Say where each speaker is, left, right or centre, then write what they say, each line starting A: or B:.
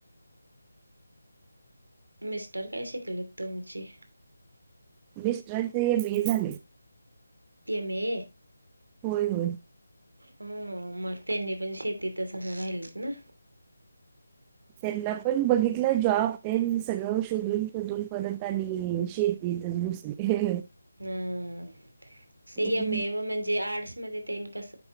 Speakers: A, on the right; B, on the right.
A: मिस्टर काय शिकलेत तुमची.
B: मिस्टरांचा एम बी. ए झालंय.
A: M A.
B: होय होय.
A: हम मग त्यांनी पण शेतीतच असं राहिलेत ना.
B: त्यांना पण बघितलं जॉब ते सगळं शोधून परत आणि शेती. <inaudible> <unintelligible>
A: हम
B: हम्म
A: <inaudible> म्हणजे आर्टसमध्येध्ये. कस